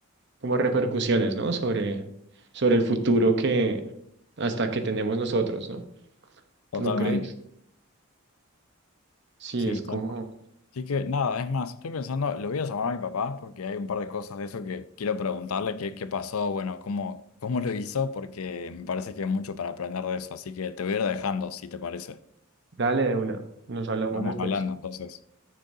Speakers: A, on the right (about 55°); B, on the left (about 85°).
A: como repercusiones, ¿no? Sobre, sobre el futuro que hasta que tenemos nosotros, ¿no?
B: totalmente.
A: ¿No crees? Sí,
B: Sí,
A: es como,
B: tal Así que nada, es más, estoy pensando, lo voy a llamar a mi papá porque hay un par de cosas de eso que quiero preguntarle qué, qué pasó, bueno, cómo, cómo lo hizo, porque me parece que hay mucho para aprender de eso. Así que te voy a ir dejando, si te parece.
A: dale de una, nos hablamos
B: Estamos
A: después.
B: hablando entonces.